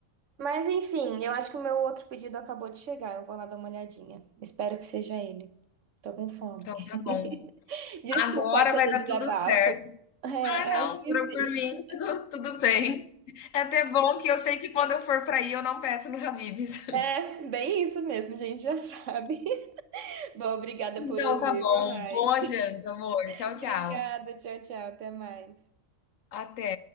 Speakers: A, on the right (about 70°); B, on the left (about 80°).
A: Mas enfim, eu acho que o meu outro pedido acabou de chegar. Eu vou lá dar uma olhadinha. Espero que seja ele. Tô com fome.
B: Então tá bom.
A: <laughs> Desculpa
B: Agora
A: aí pelo
B: vai dar
A: desabafo.
B: tudo certo.
A: É,
B: Ah, não,
A: acho que
B: jurou
A: sim.
B: por mim,
A: <laughs>
B: tudo, tudo bem. É até bom que eu sei que quando eu for para aí eu não peço no Habib's.
A: É, bem isso mesmo, a gente já sabe. <laughs> Bom, obrigada
B: Então
A: por ouvir,
B: tá bom.
A: viu, Rai?
B: Boa janta, amor.
A: <laughs>
B: Tchau,
A: Obrigada,
B: tchau.
A: tchau, tchau, até mais.
B: Até.